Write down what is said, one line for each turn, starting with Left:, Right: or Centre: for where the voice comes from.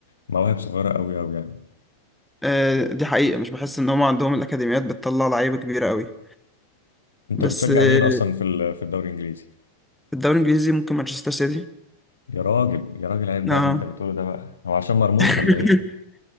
Left: مواهب صغيره قوي قوي يعني
Centre: آه دي حقيقه مش بحس ان هم عندهم الاكاديميات بتطلع لعيبه كبيره قوي
Left: انت
Centre: بس
Left: بتشجع
Centre: آه
Left: مين اصلا في ال- في الدوري الانجليزي
Centre: في الدوري الانجليزي ممكن مانشستر سيتي
Left: يا راجل يا راجل عيب بقى
Centre: اه
Left: اللي انت بتقوله ده بقى هو عشان مرموش
Centre: <laughs>
Left: ولا ايه